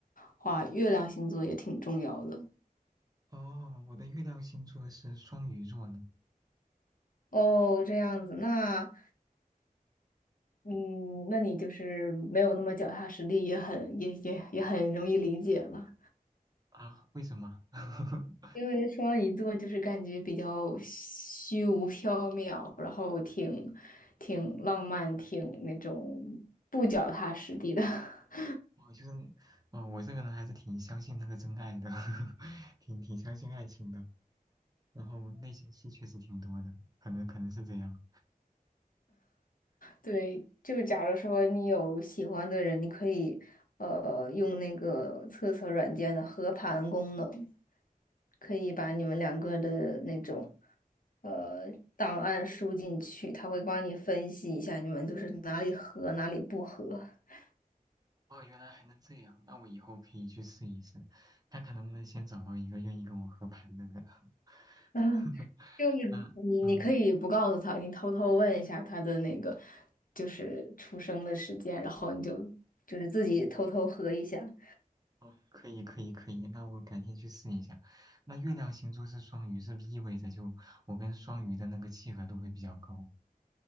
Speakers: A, on the left; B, on the right.
A: 话，月亮星座也挺重要的。
B: 哦，我的月亮星座是双鱼座呢。
A: 哦，这样子，那嗯，那你就是没有那么脚踏实地，也很也也也很容易理解了。
B: 啊，为什么？<laughs>
A: 因为双鱼座就是感觉比较虚无缥缈，然后挺挺浪漫，挺那种不脚踏实地的。<laughs>
B: 我就是，哦，我这个人还是挺相信那个真爱的，<laughs> 挺挺相信爱情的。然后内心戏确实挺多的，可能可能是这样。
A: 对，就假如说你有喜欢的人，你可以呃用那个测测软件的合盘功能，可以把你们两个的那种呃档案输进去，他会帮你分析一下你们就是哪里合哪里不合。<laughs>
B: 哦，原来还能这样，那我以后可以去试一试，看看能不能先找到一个愿意跟我合盘的人。<laughs>
A: 啊，就是你你可以不告诉他，
B: 那，嗯，
A: 你偷偷问一下他的那个就是出生的时间，然后你就就是自己偷偷合一下。
B: 哦，可以可以可以，那我改天去试一下。那月亮星座是双鱼，是不是意味着就我跟双鱼的那个契合度会比较高？